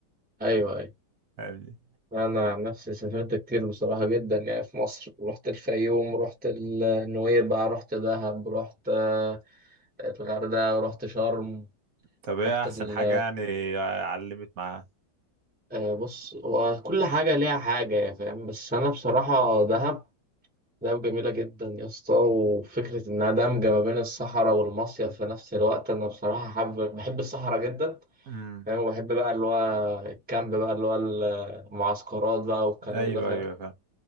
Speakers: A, in the centre; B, on the right.
A: أيوه أيوه
B: فاهمني
A: أنا عن نفسي سافرت كتير بصراحة جدا يعني في مصر رحت الفيوم رحت النويبع رحت دهب رحت آه، الغردقة رحت شرم
B: طب ايه
A: رحت
B: احسن
A: ال
B: حاجه يعني علمت معاه
A: آه، بص هو كل حاجة ليها حاجة يا فاهم بس أنا بصراحة دهب دهب جميلة جدا يا اسطى وفكرة إنها دمجة ما بين الصحراء والمصيف في نفس الوقت أنا بصراحة حابب بحب الصحراء جدا
B: امم
A: فاهم وبحب بقى اللي هو الكامب بقى اللي هو المعسكرات بقى والكلام
B: ايوه
A: ده فاهم
B: ايوه فاهم